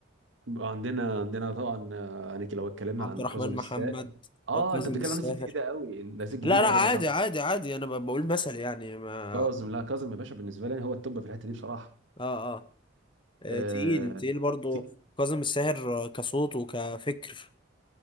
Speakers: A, on the right; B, on the left.
A: عندنا عندنا طبعا آه، يعني لو اتكلمنا
B: عبد
A: عن
B: الرحمن
A: كاظم الساهر
B: محمد
A: اه
B: او كاظم
A: انت بتتكلم
B: الساهر
A: عن الناس الجديدة قوي الناس الجديدة
B: لا لا عادي
A: قوي صح
B: عادي عادي انا ب- بقول مثل يعني ما
A: كاظم
B: اه
A: لا كاظم يا باشا بالنسبة لي هو التوب في الحتة دي بصراحة
B: اه آه،
A: آه،
B: تقيل تقيل برضه
A: ت-
B: كاظم الساهر كصوت وكفكر